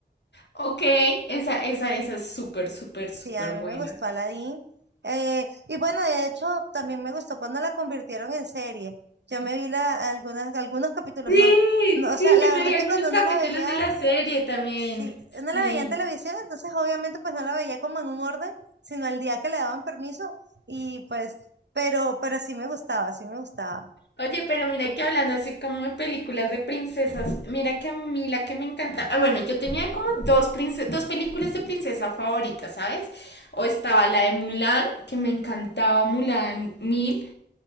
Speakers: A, on the left (about 75°); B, on the right (about 75°).
A: Ok, esa, esa, esa es súper, súper,
B: Sí,
A: súper
B: a
A: buena.
B: mí me gustó Aladdin. Eh, y bueno, de hecho, también me gustó cuando la convirtieron en serie. Yo me vi la, algunas, algunos capítulos,
A: Sí,
B: no, no,
A: sí,
B: o sea, la
A: yo me
B: verdad
A: vi
B: es
A: algunos
B: que cuando uno
A: capítulos
B: la veía,
A: de la serie también.
B: sí, uno
A: Sí.
B: la veía en televisión, entonces obviamente pues no la veía como en un orden, sino al día que le daban permiso y pues, pero, pero sí me gustaba, sí me gustaba.
A: Oye, pero mira que hablando así como de películas de princesas, mira que a mí la que me encanta. Ah, bueno, yo tenía como dos, prince- dos películas de princesa favoritas, ¿sabes? O estaba la de Mulan, que me encantaba Mulan mil,